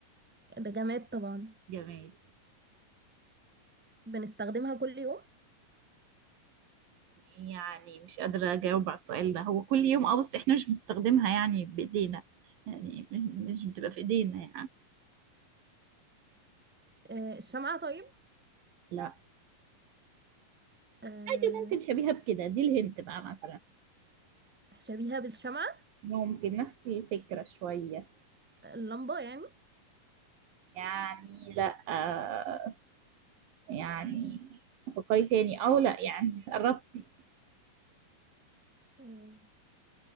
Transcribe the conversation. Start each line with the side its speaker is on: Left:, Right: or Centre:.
Centre: ده جماد طبعا
Right: جمال
Centre: بنستخدمها كل يوم
Right: يعني مش قادرة أجاوب على السؤال ده هو كل يوم اه بس احنا مش بنستخدمها يعني بإيدينا يعني مش مش بتبقى في إيدينا يعني
Centre: آه، الشمعة طيب
Right: لا
Centre: آه،
Right: حاجة ممكن شبيهة بكده دي الهنت بقى مثلا
Centre: شبيهة بالشمعة
Right: ممكن نفس الفكرة شوية
Centre: اللمبة يعني
Right: يعني لا آه يعني فكري تاني أو لا يعني قربتي
Centre: آه،